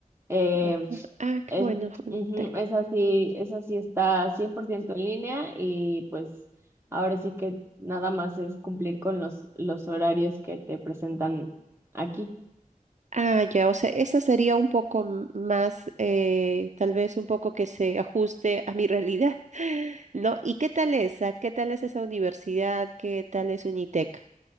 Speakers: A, on the right; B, on the right.
A: Eh,
B: Ajá. Ah, qué
A: es,
B: bueno. bueno,
A: ujú,
B: te-
A: esa sí, esa sí está 100% en línea y pues ahora sí que nada más es cumplir con los, los horarios que te presentan aquí.
B: Ah, ya, o sea, esa sería un poco m- más, eh, tal vez un poco que se ajuste a mi realidad, <laughs> ¿no? ¿Y qué tal esa? ¿Qué tal es esa universidad? ¿Qué tal es Unitec?